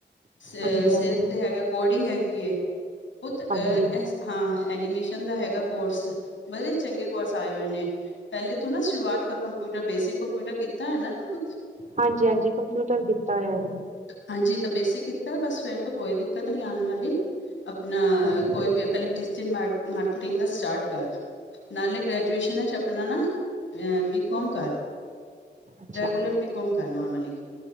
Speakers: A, on the left; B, on the right.
A: ਅ
B: ਹਾਂਜੀ
A: ਸੇਲ
B: ਹਾਂਜੀ
A: ਤੇ ਹੈਗੇ ਕੋਡਿੰਗ ਹੈਗੀ ਏ ਪੁੱਤ
B: ਹਾਂਜੀ
A: ਐ ਹਾਂ ਐਨੀਮੇਸ਼ਨ ਦਾ ਹੈਗਾ ਕੋਰਸ ਬੜੇ ਚੰਗੇ ਕੋਰਸ ਆਏ ਹੋਏ ਨੇ। ਪਹਿਲੇ ਤੋਂ ਨਾ ਸ਼ੁਰੂਆਤ ਕਰ ਕੰਪਿਊਟਰ ਬੇਸਿਕ ਕੰਪਿਊਟਰ ਕੀਤਾ ਹੈ ਨਾ ਤੂੰ ਪੁੱਤ
B: ਹਾਂਜੀ, ਹਾਂਜੀ ਕੰਪਿਊਟਰ ਕੀਤਾ ਹੋਇਆ ਐ
A: ਹਾਂਜੀ ਤਾਂ ਬੇਸਿਕ ਕੀਤਾ ਬਸ ਫੇਰ ਤਾਂ ਕੋਈ ਦਿੱਕਤ ਨੀ ਆਣ ਵਾਲੀ ਆਪਣਾ
B: ਹਾਂਜੀ
A: ਕੋਈ ਪਹਿਲਾਂ ਡਿਜੀਟਲ ਮਾਰ ਮਾਰਕੀਟਿੰਗ ਦਾ ਸਟਾਰਟ ਕਰ। ਨਾਲੇ ਗ੍ਰੈਜੂਏਸ਼ਨ ਚ ਆਪਣਾ ਨਾ ਅ ਬੀ ਕੋਮ ਕਰ।
B: ਅੱਛਾ
A: ਰੈਗੂਲਰ ਬੀ ਕੋਮ ਕਰ ਨੋਰਮਲੀ